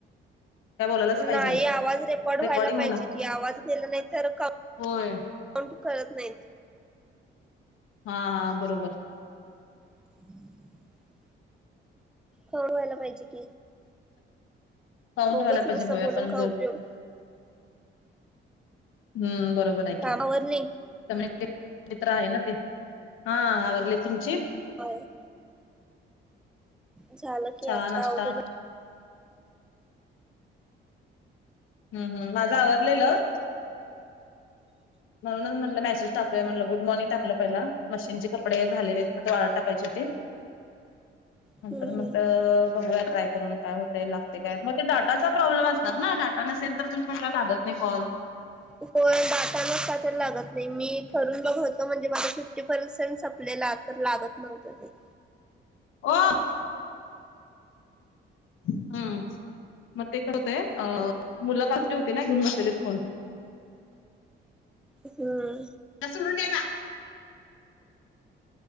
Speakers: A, on the left (about 85°); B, in the centre.
A: काय बोलायलाच पाहिजे
B: नाही आवाज रेकॉर्ड व्हायला
A: रेकॉर्डिंग होला
B: पाहिजे की आवाज गेला नाही तर क
A: होय
B: कोण कळत नाही
A: हा हा बरोबर
B: <unintelligible> तेवढं व्हायला पाहिजे की
A: साउंट
B: उगच
A: व्हाला
B: नुसता
A: पाहिजे होय
B: बोलून
A: आपण
B: काय
A: बोल
B: उपयोग
A: हम्म बरोबर आहेक
B: काम आवरली
A: कम्युनेट मित्र आहे ना ते हा आवरले तुमची
B: ह झालं की
A: चहा
B: आता
A: नाश्ता
B: आवूरून
A: हम् हम माझं आवरलेलं म्हणूनच म्हटलं मेसेज टाकूया म्हटलं गुड मॉर्निंग टाकलं पहिला मशीनचे कपडे झाले आहेत त वाळत टाकायची होती
B: हम्म
A: नंत
B: हम्म
A: मग बघूया ट्राय करून काय होते लागते काय मग ते डाटाचा प्रॉब्लेम असणार ना डाटा नसेल तर तुम्हीट लाागत कॉल
B: त कोण दटा नसता तर लागत नाही मी कररून बघ होतो म्हणजे माझ फिफ्टी पर्सेंट संपलेला तर लागत नव्हतं ते
A: ओ <unintelligible> हम्म मग ते का होते अ मुलं का <unintelligible> होती ना घेऊन बसलीच फोन
B: हम्म
A: <unintelligible>